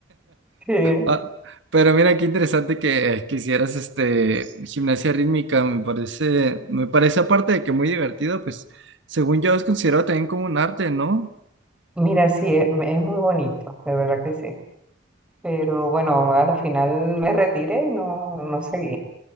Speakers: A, in the centre; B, on the right.
A: Sí.
B: Ah, Pero mira qué interesante que, eh, que hicieras este gimnasia rítmica, me parece, me parece aparte de que muy divertido, pues según yo es considerado también como un arte, ¿no?
A: Mira, sí, es, es muy bonito, de verdad que sí. Pero bueno, a la final me retiré y no, no seguí.